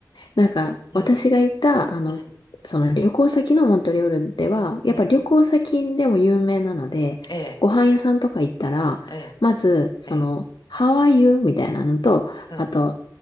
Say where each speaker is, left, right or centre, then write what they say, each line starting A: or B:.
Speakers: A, on the left; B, on the left.
A: なんか、
B: うん、
A: 私が行った、あの、
B: うん、
A: その旅行先のモントリオールでは、やっぱ旅行先でも有名なので、
B: うん、ええ、
A: ご飯屋さんとか行ったら、
B: ええ、
A: まず、その、
B: ええ、
A: How are you? みたいなのと、
B: うん。
A: あと、